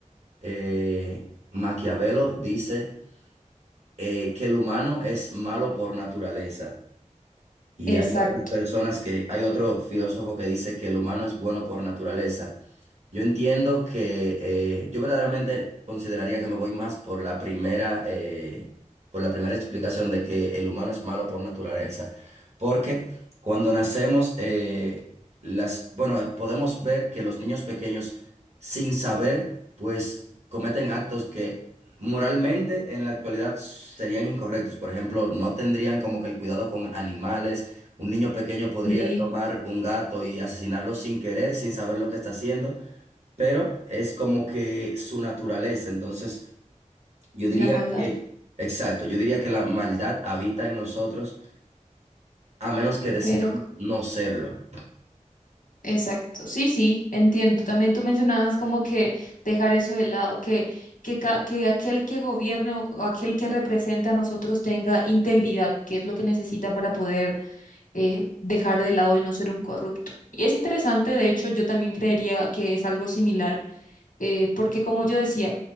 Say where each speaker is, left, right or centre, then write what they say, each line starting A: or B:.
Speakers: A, on the right; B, on the left.
A: eh, Maquiavelo dice eh, que el humano es malo por naturaleza. Y
B: exacto.
A: hay otras personas que, hay otro filósofo que dice que el humano es bueno por naturaleza. Yo entiendo que eh, yo verdaderamente consideraría que me voy más por la primera, eh, por la primera explicación de que el humano es malo por naturaleza, porque cuando nacemos, eh, las, bueno, podemos ver que los niños pequeños, sin saber, pues cometen actos que moralmente en la actualidad serían incorrectos. Por ejemplo, no tendrían como que el cuidado con animales. Un niño pequeño podría
B: Sí,
A: tomar un gato y asesinarlo sin querer, sin saber lo que está haciendo pero es como que su naturaleza. Entonces, yo diría
B: la maldad.
A: que, exacto, yo diría que la maldad habita en nosotros a menos que decidamos
B: Pero,
A: no serlo.
B: exacto. Sí, sí, entiendo. También tú mencionabas como que dejar eso de lado, que, que, ca- que aquel que gobierne o o aquel que represente a nosotros tenga integridad, que es lo que necesita para poder eh, dejar de lado y no ser un corrupto. Y es interesante, de hecho, yo también creería que es algo similar eh, porque como yo decía,